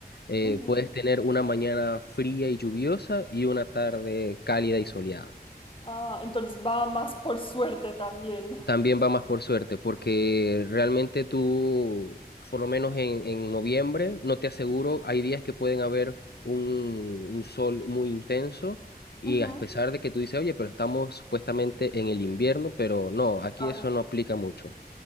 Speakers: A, on the left; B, on the left.
A: Eh,
B: ujú.
A: puedes tener una mañana fría y lluviosa y una tarde cálida y soleada.
B: Ah, entonces va más por suerte también.
A: También va más por suerte, porque realmente tú, por lo menos en, en noviembre, no te aseguro, hay días que pueden haber un, un sol muy intenso y
B: Ujú,
A: a pesar de que tú dices, oye, pero estamos supuestamente en el invierno, pero no, aquí
B: Claro.
A: eso no aplica mucho.